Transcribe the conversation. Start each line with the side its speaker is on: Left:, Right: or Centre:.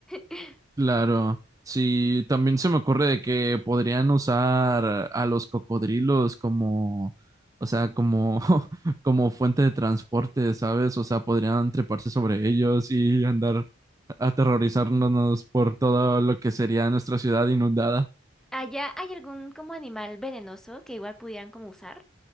Centre: <laughs>
Right: Claro, sí, también se me ocurre de que podrían usar a los cocodrilos como, o sea, como, <laughs> como fuente de transporte, ¿sabes? O sea, podrían treparse sobre ellos y andar aterrorizándonos por todo lo que sería nuestra ciudad inundada.
Centre: ¿Allá hay algún como animal venenoso que igual pudieran como usar?